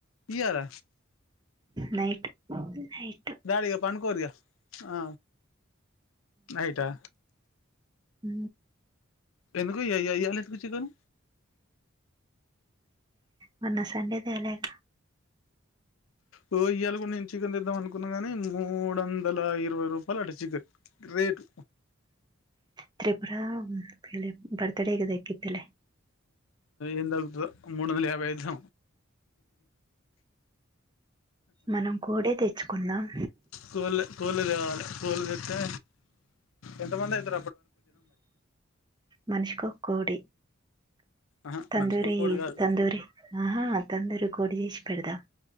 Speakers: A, on the left; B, on the right.
A: ఇయ్యాల
B: నైట్ నైట్
A: దాడివ పని కోరియా ఆ ఏయిటా
B: అ
A: ఎందుకు ఏలాకు చికేను
B: మన్న సండేదియాలక
A: ళ ఇప్పు నేను చికెన్ ఇద్దాం అనుకున్నాగానీ మూడు వందల ఇరవై రూపాయట చికెన్ రేటు
B: త్రిపురా ప బర్త్ డేకి దకితేలే
A: ఏందగుతు మూడు వంద యాభై ఐదు
B: మనం కోడే తెచ్చుకుందాం
A: కోల్లె కోళ్లు తేవాలి కోళ్లు తెస్తే ఎంతమంది అయిత
B: మనిషికి ఒక కోడి
A: ఆహా
B: తందూరి
A: మనిషికి ఒక్కోటి కాదు
B: తందూరి ఆహా తందూరి వడి చేసి పెడదాం